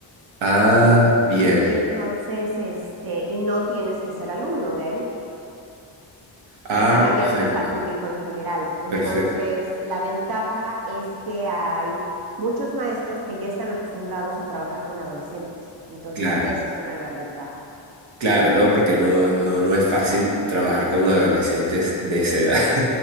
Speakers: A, on the right; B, on the right.
A: Ah,
B: Ento-
A: bien.
B: entonces, este, y no tienes que ser alumno de ahí.
A: Ah,
B: están abiertos
A: perfecto.
B: al público en general. Entonces,
A: Perfecto,
B: la ventaja es que hay muchos maestros que ya están acostumbrados a trabajar con adolescentes. Entonces,
A: claro,
B: esa es una gran ventaja.
A: claro, ¿no? Porque no, no, no es fácil trabajar con adolescentes de esa edad.